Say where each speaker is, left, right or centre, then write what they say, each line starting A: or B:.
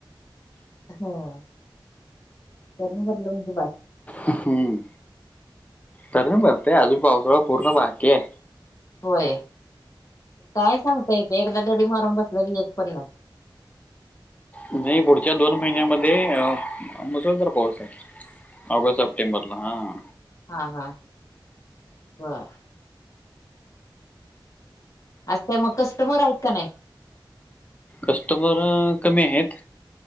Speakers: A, on the left; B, on the left.
A: ह धरण भरलं म्हणजे बास.
B: हम्म धरण भरतय अजून पावसाळा पूर्ण बाकी आहे.
A: होय. काय सांगतायेते एकदा गडी मारून बसल्या ग येत पण.
B: नाही पुढच्या दोन महिन्यामध्ये मुसळधार पाऊस आहे. ऑगस्ट सप्टेंबरला ह.
A: हां हां बरं. आज मग कस्टमर आहेत का नाही.
B: कस्टमर कमी आहेत.